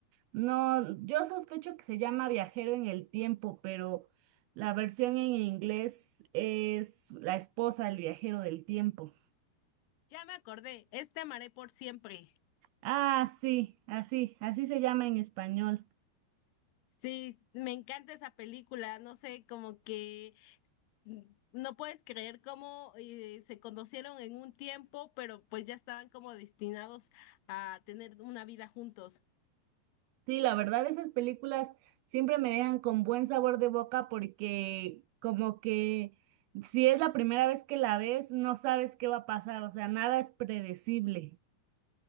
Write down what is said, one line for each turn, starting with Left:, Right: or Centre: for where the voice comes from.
Right: No, yo sospecho que se llama Viajero en el Tiempo, pero la versión en inglés es La esposa del viajero del tiempo.
Left: Ya me acordé, este amaré por siempre.
Right: Ah, sí, así, así se llama en español.
Left: Sí, me encanta esa película, no sé, como que mm, no puedes creer cómo eh, se conocieron en un tiempo, pero pues ya estaban como destinados a tener una vida juntos.
Right: Sí, la verdad, esas películas siempre me dejan con buen sabor de boca porque como que si es la primera vez que la ves, no sabes qué va a pasar, o sea, nada es predecible.